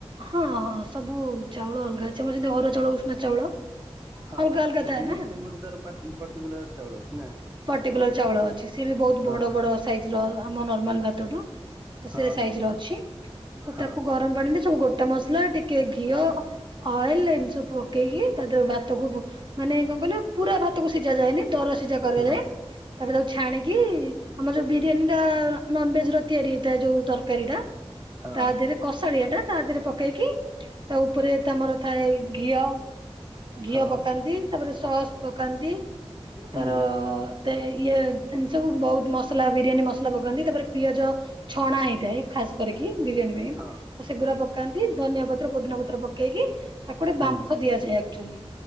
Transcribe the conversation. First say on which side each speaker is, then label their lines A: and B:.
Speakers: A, on the right; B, on the right.
A: ହଁ ହଁ ସବୁ ଚାଉଳ ଅଲଗା ଅଛି। ଆମର ଯେମିତି ଅରୁଆ ଚାଉଳ ଉଷନା ଚାଉଳ।
B: ହଁ
A: ଅଲଗା
B: ହଁ
A: ଅଲଗା
B: ସେ
A: ଥାଏ
B: ବିରିୟାନୀ
A: ନା
B: ପାଇଁ ଗୋଟେ ତାର ପର୍ଟିକୁଲାର ଚାଉଳ ଅଛି ନା।
A: ପାର୍ଟିକୁଲାର ଚାଉଳ ଅଛି। ସିଏ ବି ବହୁତ
B: ହଁ
A: ବଡ ବଡ ସାଇଜ ର ଆମ ନର୍ମାଲ ଭାତଠୁ। ତ
B: ହଁ
A: ସେ ସାଇଜର ଅଛି। ତ ତାକୁ
B: ହଁ
A: ଗରମ ପାଣିରେ ସବୁ ଗୋଟା ମସଲା ଟିକେ ଘିଅ ଅଏଲ ଏମି ସବୁ ପକେଇଲି ତା ଭାତକୁ ମାନେ କଣ କିଲ ପୁରା ଭାତକୁ ସିଝା ଯାଏନି ଦର ସିଝା କରାଯାଏ
B: ହଁ
A: ତାପରେ ତାକୁ ଛାଣିକି ଆମର ଯୋଉ ବିରିୟାନୀ ଟା ନନଭେଜ ର ତିଆରି ହେଇଥାଏ ଯୋଉ ତରକାରୀ ଟା।
B: ହଁ
A: ତା ଦେହରେ କଷାଳିଆ ଟା ତା ଦେହରେ ପକେଇକି ତା ଉପରେ ତମର ଥାଏ ଘିଅ ଘିଅ
B: ହଁ ହଁ
A: ପକାନ୍ତି। ତାପରେ ସସ୍ ପକାନ୍ତି।
B: ହୁଁ
A: ତାର ଏତେ ଇଏ ଏମତି ସବୁ ବହୁତ ମସଲା ବିରିୟାନୀ ମସଲା ପଗନ୍ତି ତାପରେ ପିଆଜ ଛଣା ହେଇଥାଏ ଖାସ କରିକ ବିରିୟାନୀ ପାଇଁ
B: ହଁ
A: ତ ସେଗୁଡା ପକାନ୍ତି। ଧନିଆ ପତ୍ର ପୋଦିନା ପତ୍ର ପକେଇକି ତାକୁ ଗୋଟେ
B: ହୁଁ
A: ବାମ୍ଫ ଦିଆଯାଏ ଆକ୍ଚୁଆଲି